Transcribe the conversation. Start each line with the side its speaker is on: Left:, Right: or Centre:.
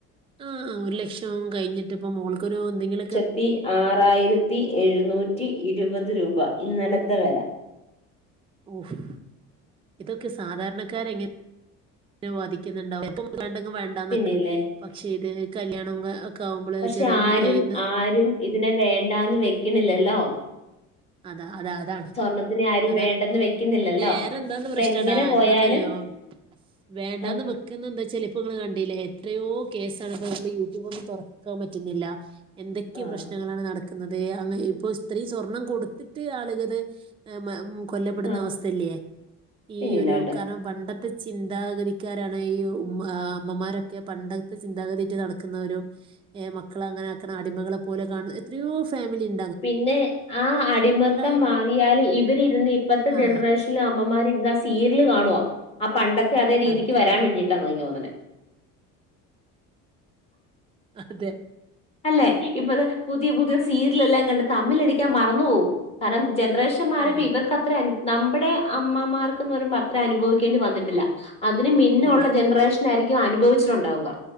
Right: ആഹ് അ ഒരു ലക്ഷം കഴിഞ്ഞിട്ട് ഇപ്പ മോൾക്കൊരു എന്തെങ്കിലും
Left: ത്തി ആറായിരത്തി എഴുന്നൂറ്റി ഇരുപത് രൂപ ഇന്നലത്തെ വില
Right: ഓഫ് <unintelligible> ഇതൊക്കെ സാധാരണക്കാരങ്ങനെ വാധിക്കുന്നുണ്ടാവ ഇപ്പം വാണ്ടങ്കി വാണ്ടന്നക്കാ
Left: പിന്നെല്ലേ
Right: പക്ഷെ ഇത് കല്യാണം ആവുമ്പോള്
Left: പക്ഷെ
Right: ചെറിയ മ
Left: ആരും
Right: ഇന്ന്
Left: ആരും ഇതിനെ വേണ്ടാന്ന് വെക്കണില്ലല്ലോ
Right: അതാ അതാഅതാണ്
Left: സ്വർണത്തിനെ ആരും
Right: അതാണ്
Left: വേണ്ടെന്ന് വെക്കുന്നില്ലല്ലോ
Right: പിന്നെ വേറെ എന്താന്ന്
Left: ഇപ്പ
Right: പ്രശ്നടാ
Left: എങ്ങനെ പോയാലും
Right: എന്താന്നറിയോ വേണ്ടാന്ന്
Left: ആഹ്
Right: വെക്ന്ന എന്താ വെച്ചാല് ഇപ്പ നിങ്ങൾ കണ്ടില്ലേ എത്രയോ കേസാണ് ഇപം നമ്മൾ യൂട്യൂബൊക്കെ തൊറന്ന് <unintelligible> പറ്റുന്നില്ല എന്തൊക്കെ
Left: ആഹ്
Right: പ്രശ്നങ്ങളാണ് നടക്കുന്നത് അങ്ങ് ഇപ്പൊ സ്ത്രീ സ്വർണം കൊടു ത്തിട്ട് ആളുകള് എഹ് മെ മു കൊല്ലപ്പെടുന്ന
Left: ആഹ്
Right: അവസ്ഥയില്ലേ ഈ
Left: പിന്നില്ലാണ്ട്
Right: ഒരു കാരണം പണ്ടത്തെ ചിന്താഗതിക്കാരാണ് ഈ ഉമ്മ അമ്മമാരൊ ക്കെ പണ്ടത്തെ ചിന്താഗതീട്ട് നടക്കുന്നവരും എഹ് മക്കള അങ്ങനെ ആ‌ക്കി അടിമകളെ പോലെ കാൺന്ന എത്രയോ ഫാമിലി ഇ
Left: പിന്നെ ആ അടിമത്തം
Right: ഇപ്പം
Left: മാറിയാല് ഇവരിരുന്ന് ഇപ്പത്തെ
Right: ആ
Left: ജനറേഷനില മ്മമാര് ഇരുന്നാ സീരില് കാണുവ ആ പണ്ടത്തെ അതേ രീതിക്ക്
Right: അതാ
Left: വരാൻ വേണ്ടിയിട്ടാന്നാ എനിക്ക് തോന്നണേ
Right: അതെ
Left: അല്ലെ ഇപ്പ ഇതാ പുതിയ പുതിയ സീ രിലെല്ലാം കണ്ട് തമ്മിലടിക്കാൻ മറന്നു പോവും കാരണം ജനറേഷൻ മാറിയപ്പ
Right: ആ
Left: ഇവർക്കത്ര അനു നമ്മടെ അമ്മാമാർക്കെന്നു പറയുമ്പ അത്ര അനുഭവിക്കേണ്ടി വന്നിട്ടില്ല അതിന് മിന്നൊള്ള
Right: ഇല്ല
Left: ജനറേഷ ന്നായിരിക്കും അനുഭവിച്ചിട്ടുണ്ടാവുക